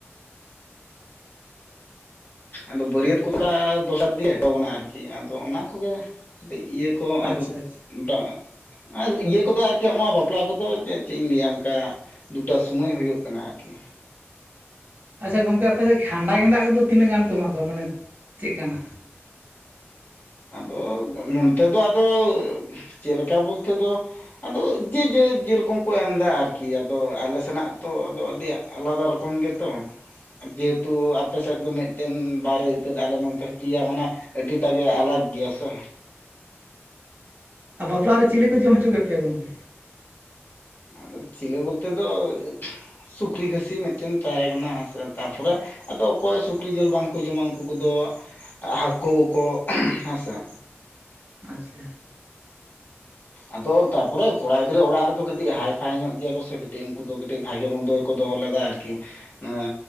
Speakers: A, on the left; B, on the right.
A: ᱟᱫᱚ ᱵᱟᱹᱨᱭᱟᱹᱛ ᱠᱚ ᱞᱮᱠᱟ ᱫᱚᱥᱟᱨ ᱫᱤᱭᱮ ᱦᱚ ᱚᱱᱟ ᱟᱨᱠᱤ ᱟᱫᱚ ᱚᱱᱟ ᱠᱚᱜᱮ ᱠᱟᱹᱴᱤᱡ ᱤᱭᱟᱹ ᱛᱚᱸ ᱟᱫᱚ
B: ᱟᱪᱪᱷᱟ ᱟᱪᱪᱷᱟ
A: ᱰᱟᱜ ᱤᱭᱟᱹ ᱠᱚᱫᱚ ᱟᱨᱠᱤ ᱱᱚᱜᱱᱟ ᱵᱟᱯᱞᱟ ᱠᱚᱫᱚ ᱪᱮᱫ ᱤᱧ ᱞᱟᱹᱭᱟ ᱚᱱᱠᱟ ᱫᱩᱴᱟ ᱥᱩᱢᱟᱹᱭ ᱦᱩᱭᱩᱜ ᱠᱟᱱᱟ ᱟᱨᱠᱤ
B: ᱟᱪᱪᱷᱟ ᱜᱚᱢᱠᱮ ᱟᱯᱮᱥᱮᱫ ᱠᱷᱟᱸᱰᱟ ᱜᱮᱸᱫᱟᱜ ᱠᱚᱫᱚ ᱛᱤᱱᱟᱹᱜ ᱜᱟᱱ ᱠᱚ ᱮᱢᱟ ᱠᱚᱣᱟ ᱢᱟᱱᱮ ᱪᱮᱫ ᱞᱮᱠᱟᱱᱟᱜ?
A: ᱟᱫᱚ ᱱᱚᱱᱛᱮ ᱫᱚ ᱟᱫᱚ ᱪᱮᱫ ᱞᱮᱠᱟ ᱵᱚᱞᱛᱮ ᱫᱚ ᱟᱫᱚ ᱡᱮ ᱡᱮ ᱡᱮᱨᱚᱠᱚᱢ ᱠᱚ ᱮᱢᱫᱟ ᱟᱨᱠᱤ ᱟᱫᱚ ᱟᱞᱮ ᱥᱮᱱᱟᱜ ᱛᱚ ᱟᱫᱚ ᱟᱹᱰᱤ ᱟᱞᱟᱫᱟ ᱨᱚᱠᱚᱢ ᱜᱮᱛᱚ- ᱡᱮᱦᱮᱛᱩ ᱟᱯᱮᱥᱮᱫ ᱫᱚ ᱢᱤᱫᱴᱮᱱ ᱵᱟᱨᱮ ᱤᱛᱟᱹᱫ ᱟᱞᱮ ᱱᱚᱱᱛᱮ ᱯᱮᱭᱟ ᱢᱟᱱᱮ ᱟᱹᱰᱤ ᱴᱟᱜᱮ ᱟᱞᱟᱟᱜᱽ ᱜᱮᱭᱟ ᱥᱮ,
B: ᱟᱫᱚ ᱵᱟᱯᱞᱟᱜ ᱨᱮ ᱪᱤᱞᱤ ᱠᱚ ᱡᱚᱢ ᱦᱚᱪᱚ ᱠᱮᱫ ᱯᱮᱭᱟ ᱜᱚᱢᱠᱮ?
A: ᱟᱫᱚ ᱪᱤᱞᱤ ᱵᱚᱞᱛᱮ ᱫᱚ, ᱥᱩᱠᱨᱤ ᱠᱷᱟᱹᱥᱤ ᱢᱤᱫᱴᱮᱱ ᱛᱟᱦᱮᱸ ᱠᱟᱱᱟ ᱦᱮᱸ ᱥᱮ ᱛᱟᱨᱯᱚᱨᱮ ᱟᱫᱚ ᱚᱠᱚᱭ ᱥᱩᱠᱨᱤ ᱡᱤᱞ ᱵᱟᱝᱠᱚ ᱡᱚᱢᱟ ᱩᱱᱠᱩ ᱠᱚᱫᱚ ᱦᱟᱹᱠᱩ ᱠᱚ ᱩᱦ ᱦᱮᱸᱥᱮ᱾
B: ᱟᱪᱪᱷᱟ
A: ᱟᱫᱚ ᱛᱟᱯᱚᱨᱮ ᱠᱚᱲᱟ ᱜᱤᱫᱽᱨᱟᱹ ᱚᱲᱟᱜ ᱨᱮᱫᱚ ᱠᱟᱹᱴᱤᱡ ᱦᱟᱭᱯᱷᱟᱭ ᱧᱚᱜ ᱜᱮᱭᱟ ᱠᱚ ᱥᱮ ᱠᱟᱹᱴᱤᱡ ᱩᱱᱠᱩ ᱫᱚ ᱠᱟᱹᱴᱤᱡ ᱵᱷᱟᱜᱮ ᱢᱚᱱᱫᱚ ᱠᱚ ᱫᱚᱦᱚ ᱞᱮᱫᱟ ᱟᱨᱠᱤ ᱱᱚᱣᱟ